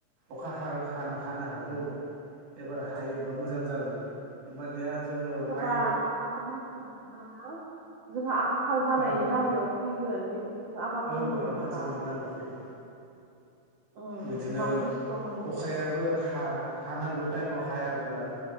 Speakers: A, on the right; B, on the right.
A: अखा हा हा हानो हागौ। एबार हायोबा मोजां जागौ होमबानिया जोङो
B: बा
A: माइ
B: बा आबाद मावनो मोनाबानो जोंहा आंखाल जानायनि
A: औ औ
B: लामायाव। फैगोन बेबायदि जों आबाद
A: औ
B: मावनो
A: आंखाल
B: मोनाबा
A: जानायनि लामायाव फैगोन।
B: उम
A: बिदिनो
B: गोबां खस्थ' मोनगोन
A: अखायाबो हा हानांगौ। गौ टाइमाव हायाबोला